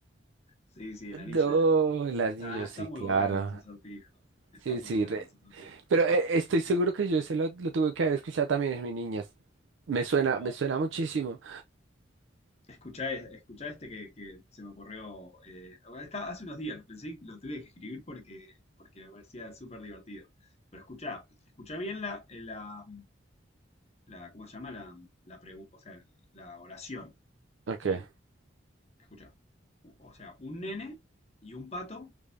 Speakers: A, on the left; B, on the right.
A: Sí, sí, el
B: No,
A: anillo era.
B: el anillo,
A: Ah, está
B: sí,
A: muy
B: claro.
A: bueno los acertijos. Está
B: Sí,
A: muy
B: sí,
A: bueno
B: re-
A: los acertijos.
B: pero eh, estoy seguro que yo ese lo, lo tuve que haber escuchado también en mi niñas Me suena,
A: Pero
B: me suena muchísimo.
A: Escuchá, escuchá este que, que se me ocurrió. eh, bueno, está, hace unos días lo pensé, lo tuve que escribir porque, porque me parecía súper divertido. Pero escuchá, escuchá bien la, eh, la, la- ¿cómo se llama? La, la pregu- o sea, la oración,
B: Ok.
A: ¿sí? Escuchá. U- O sea, un nene y un pato